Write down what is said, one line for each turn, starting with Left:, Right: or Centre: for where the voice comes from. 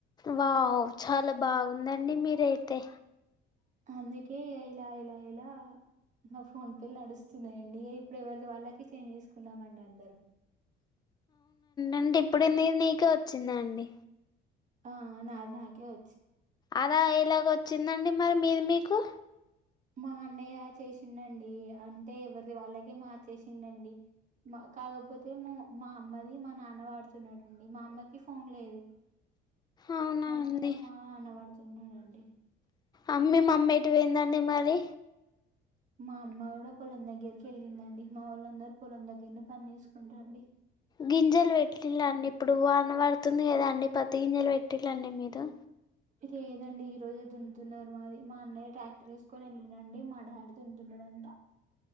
Left: వావ్ చాలా బాగుందండి మీరయితే
Right: అందుకే ఇగ ఇలా ఇలా ఇలా మా ఫోన్ పేలు నడుస్తున్నాయండి ఏ ఇప్పుడు ఎవరితే వాళ్ళకే చేంజ్ చేసుకున్నామండి అందరు
Left: ఏంటే ఇప్పుడు నీది నీకే వచ్చిందా అండి
Right: అ నాది నాకే వ
Left: అలా ఎలాగ వచ్చిందండి మరి మీది మీకు
Right: మా అన్నయ్య చేసిండండి అంటే ఎవరి వాళ్ళకె మార్చేసిండండి మా కాకపోతే మా మా అమ్మది మా నాన్న వాడుతున్నాడండి మా అమ్మకి ఫోన్ లేదు
Left: అవునా
Right: అయితే
Left: అండి
Right: ఇక మా అన్నవాడుతున్నాడండి
Left: అమ్మీ మమ్మీ ఎటు పోఇందండి మరి
Right: మా అమ్మ కూడా పొలం దగ్గరికి వెళ్ళిందండి మా వొళ్ళందరు పొలం దగ్గర నే పని చేసుకుంటండి
Left: గింజలు పెట్టిళండి ఇప్పుడు వాన పడుతుంది కదా అండి పత్తి గింజలు పెట్టిళండి మీరు
Right: లేదండి ఈ రోజు దున్ను తున్నరు మాది మా అన్నయ్య ట్రాక్టర్ వేసుకొని వెళ్ళినండి మా డాడి దున్ను తున్నాడంట